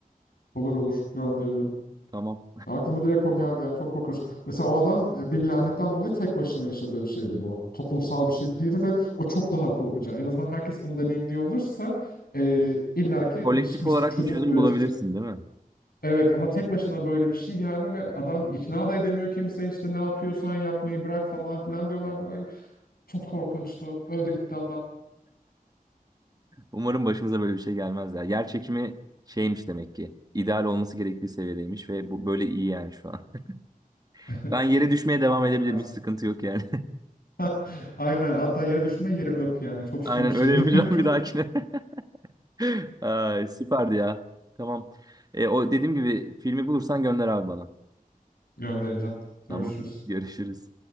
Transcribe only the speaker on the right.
Tamam.
Kolektif
olarak
bir çözüm
bulabilirsin değil mi?
Umarım başımıza böyle bir şey gelmez ya. Yer çekimi şeymiş demek ki. İdeal olması gerektiği seviyedeymiş ve bu böyle iyi yani şu an. <laughs>
Ben yere düşmeye devam
edebilirim.
Hiç sıkıntı yok yani.
<laughs>
Aynen
öyle yapacağım bir dahakine. <laughs> Ay, süperdi ya. Tamam. E, o dediğim gibi filmi bulursan gönder abi bana.
Tamam. <laughs> Görüşürüz.